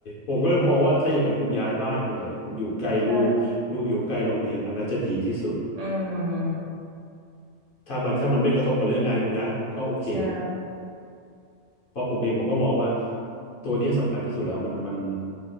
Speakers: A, on the left; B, on the right.
A: ผมก็เลยมองว่าถ้าอย่างนั้นคุณย้ายบ้านไปเลยคุณอยู่ใกล้ลูกลูกอยู่ใกล้โรงเรียนอันนั้นจะดีที่สุด
B: ใช่ อืม
A: ถ้ามันถ้ามันไม่กระทบกับเรื่องงานคุณนะก็โอเค
B: ใช่
A: เพราะผมเองผมก็มองว่าตัวนี้สำคัญที่สุดแล้วมันมัน